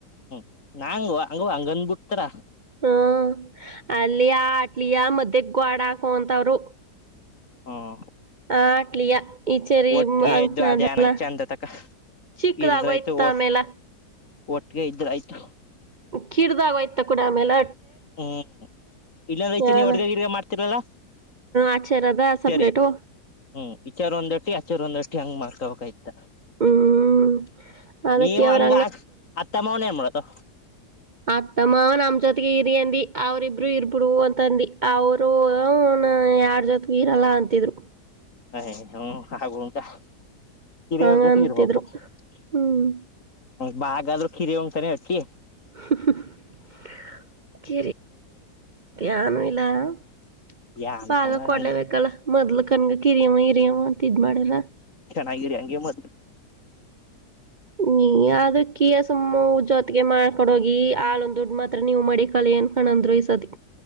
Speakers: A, on the left; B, on the right.
A: <unintelligible> ಹಂಗಂದ್ ಬಿಡ್ತಾರ
B: ಹ್ಮ್ <inaudible> ಅಲ್ಲಿಯ ಹಾ ಅಟ್ಲಿಯ ಮಧ್ಯಕ್ಕೆ ಗೋಡೆ ಹಾಕೋ ಅಂತ ಅವ್ರು
A: ಹ್ಮ್
B: ಆಟ್ಲಿಯ
A: <inaudible>
B: ಈಚೆರಿ
A: ಒಟ್ಟಿಗೆ
B: ಅಂಕನಾದಲ್ಲ
A: ಇದ್ದು ಅದೇ ಚಂದ ತಕ
B: ಚಿಕ್ಕದಾಗೋಯ್ತ
A: ಇರ್ದ್ರಾಯ್ತು <inaudible>
B: ಆಮೇಲೆ
A: ಒಟ್ಟಿಗೆ ಇದ್ರಯ್ತು
B: ಕಿರ್ದಾಗೋಯ್ತ ಕೂಡ ಆಮೇಲೆ
A: ಹ್ಮ್ ಇಲ್ಲಾಂದ್ರೆ <unintelligible>
B: ಯಾನ
A: ನೀವು ಅಡಿಗೆ ಗಿಡಿಗೆ ಮಾಡ್ತಿರಲ್ಲಾ
B: ಆಚೆರದ
A: ಇಚಾರಿ
B: ಸಪ್ರೇಟು
A: <inaudible> ಹ್ಮ್ ಇಚಾರ ಒಂದ ಅಟ್ಟಿ ಆಚಾರ ಒಂದ ಅಟ್ಟಿ ಹಂಗ್ ಮಾಡ್ಕೋಬೇಕ್
B: ಹ್ಮ್ ಅದಕ್ಕೆ
A: ನೀವು
B: ಅವ್ರ
A: ಹಂಗ ಅತ್ತಮ್ಮವನ ಏನ್ ಮಾಡೋದು
B: ಅತ್ತೆಮಾವ ನಮ್ಮ್ ಜೊತೆಗೆ ಇರಿ ಅಂದಿ ಅವ್ರಿಬ್ರು ಇರ್ಬಿಡ್ ಅಂತಂದ ಅವರು ನಾ ಯಾರ್ ಜೊತೆಗು ಇರಲ್ಲ ಅಂತಿದ್ರು
A: <unintelligible> ಹೂ ಹಾಗೂ ಉಂಟಾ ಕಿರಿಯರ
B: ಹಂಗಂತಿದ್ರು
A: ಜೊತೆ ಇರ್ಬೇಕು <unintelligible>
B: ಹ್ಮ್
A: ಏನಾದ್ರು ಕಿರಿಯಾವನಿಗೆ ತಾನೇ ಅಟ್ಟಿ
B: <unintelligible> ಏನು ಇಲ್ಲ <inaudible>
A: ಯಾನಕ
B: ಭಾಗ ಕೊಡ್ಲಬೇಕಲ್ಲ
A: ಹಂಗ
B: ಮೊದ್ಲು ಕನ್ಗೆ ಕಿರಿಯವ ಹಿರಿಯವ ಅಂತ ಇದ್ ಮಾಡಿದರ
A: ನಗಿರಿ ಅಂಗೆ ಮ
B: ನೀ ಅದಕ್ಕ ಸುಮ್ಮ ಜೋತ್ಗೆ ಮಾಡ್ಕೊಡೋಗಿ ಹಾಳೊ ದುಡ್ಡು ಮಾತ್ರ
A: ಹ್ಮ್
B: ನೀವು ಮಾಡಿ ಕಳೆಯನ್ ಕಣಂದ್ರೂಹಿಸದದೆ